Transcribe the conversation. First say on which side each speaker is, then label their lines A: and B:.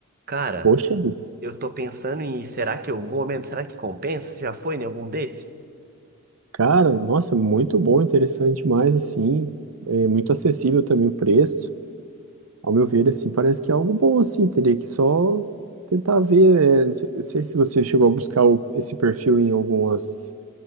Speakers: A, on the right; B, on the right.
A: Cara.
B: poxa,
A: Eu tô pensando em, será que eu vou mesmo? Será que compensa? Já foi em algum desses?
B: cara, nossa, muito bom, interessante demais, assim, é muito acessível também o preço. Ao meu ver, assim, parece que é algo bom, assim, teria que só tentar ver, é, não sei, não sei se você chegou a buscar o- esse perfil em algumas